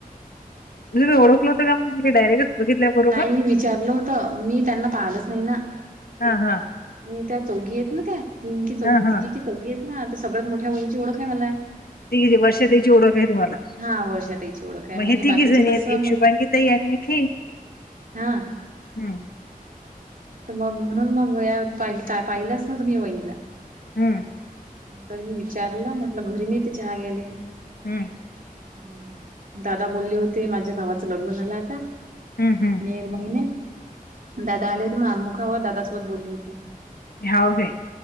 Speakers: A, on the left; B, on the right.
A: मी तुला ओळखलं होत तर का डायरेक्टच बघितल्या बरोबर
B: नाही मी विचारलं होत, मी त्यांना पाहिलंच नाही ना.
A: हा हा.
B: मी त्या चौघी आहेते ना त्या, तिघी की चौकी
A: हा हा
B: तिघी. चौघी आहेत ना, तर सगळ्यात मोठ्या वाहिनीची ओळख आहे मला.
A: ती वर्षाताईची ओळख आहे तुम्हाला,
B: हा वर्षा ताईची ओळख आहे
A: मग हे तीघी
B: बाकीचे
A: जणी
B: कसं
A: आहेत एक शुभांगी. तयारी एक हे,
B: हां.
A: हम्म
B: मग म्हणून मग यावेळेस, पाहिलाच नवत तुम्ही वहिणीला.
A: हम्म.
B: तर मी विचारलं म्हटलं, घरी नेते चहा गेले.
A: हम्म.
B: हम्. दादा बोलले होते, माझ्या भावाचं लग्न झालं आता.
A: हम् हम्.
B: मे महिन्यात दादा आले होते, मग अनुखावर दादासोबत बोलली होती.
A: हाव काय.